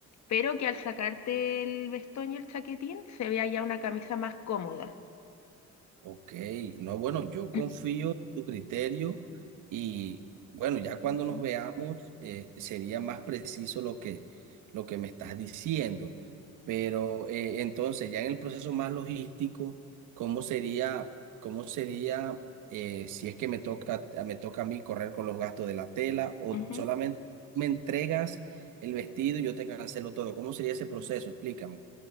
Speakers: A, on the left; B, on the right.
A: pero que al sacarte el vestón y el chaquetín se vea ya una camisa más cómoda.
B: Ok, no, bueno, yo confío
A: <clears throat>
B: en tu criterio y bueno, ya cuando
A: Ujú,
B: nos veamos eh, sería más preciso lo que, lo que me estás diciendo. Pero eh, entonces, ya en el proceso más logístico, ¿cómo sería, cómo sería eh, si es que me toca, me toca a mí correr con los gastos de la tela o
A: ujú.
B: solamente me entregas el vestido y yo te cancelo todo? ¿Cómo sería ese proceso? Explícame.